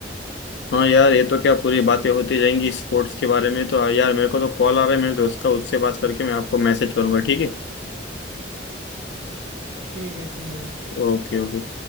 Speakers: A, on the left (about 70°); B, on the right (about 60°).
A: हाँ यार ये तो क्या पूरी बातें होती जाएंगी स्पोर्ट्स के बारे में तो यार मेरे को तो कॉल आ रहा है मेरे दोस्त का उससे बात करके मैं आपको मैसेज करूंगा ठीक है
B: ठीक है ठीक है भाई
A: Okay okay